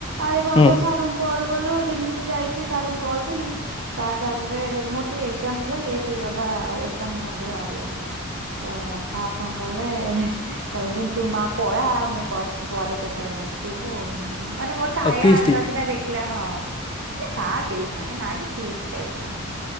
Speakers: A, on the right; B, on the left.
A: ଆରେ ବାବା
B: ହୁଁ
A: ସାରୁଙ୍କୁ କଲ୍ କଲୁ ଯେମିତି ମୁଁ ଯାଇଥିଲି ସାର୍ ଙ୍କୁ କଲ୍ କଲି ସାର୍ ତାପରେ ମୋର ଟିକିେ ଏକ୍ଜାମ ଥିଲା ଲେଟ୍ ହେଇଗଲା ଏକ୍ଜାମ ହଲରୁ ବାହାରିବାକୁ ତ ସାର୍ କଣ କଲେ କହିଲେ କହିଲେ ତୁ ମା ପଳା ମୁଁ ପଛେ ପରେ କେତେବେଳେ ଆସିବୁ ମାନେ ମୋର ଖାୟା
B: ଆଉ ଫିଷ୍ଟ
A: <unintelligible> ଦେଖିଲା ହଁ ମାନେ ସା <unintelligible> ଫିଷ୍ଟ ଟାଇପ ର।